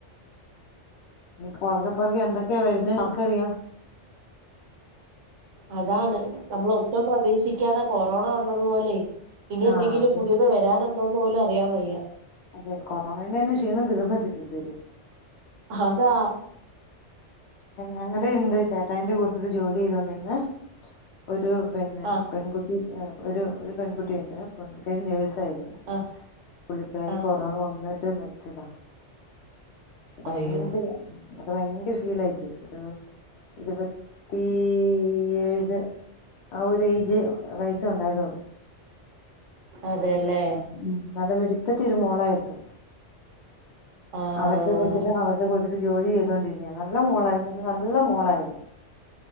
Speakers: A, on the left; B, on the right.
A: പുറകെ പുറകെ എന്തൊക്കെ വരുന്നേ ആർക്കറിയാ
B: അതാണ് നമ്മള പ്രതീക്ഷിക്കാതെ കൊറോണ വന്നതു പോലെ ഇനി
A: ആഹ്
B: എന്തെങ്കിലും
A: അതെ
B: പുതിയത് വരാനു ഉണ്ടോന്ന് പോലും അറിയൻ വയ്യ
A: അതെ കൊറോണേന്റെ ന്നെ ക്ഷീണം തീർന്നിട്ടില്ല ഇതുവരെ
B: ആതാ
A: ഞങ്ങടെ ഉണ്ട് ചേട്ടായിന്റെ കൂടുത്തിൽ ജോലി ചെയ്തോണ്ടിരുന്ന ഒരു പിന്നെ
B: ആഹ്
A: പെൺകുട്ടി ഒരു ഒരു പെൺകുട്ടി തന്നെ പെൺ നേഴ്
B: ആഹ്
A: പുള്ളിക്കാരി
B: ആഹ്
A: കൊറോണ വന്നിട്ട് മ ച്ചത ഭയങ്കര
B: അയ്യോ
A: അത് ഭയങ്കര ഫീലായിപ്പോയി ഇ ഇരുപത്തി ഏഴ് ആ ഒരു ഏജ് വയസ്സേ ഉണ്ടായിരുന്നുള്ളു
B: അതെല്ലേ
A: ഉം നല്ല മെടി കത്തി രു മോളായിരുന്നു
B: ആഹ്
A: അവരുടെ കൂട്ടത്തില്ൽ അവരുടെ കൂട്ടത്തില് ജോലി ചെയ്തോണ്ട് നല്ല മോളായിന്ന് വച്ചാ നല്ല മോളായിരുന്നു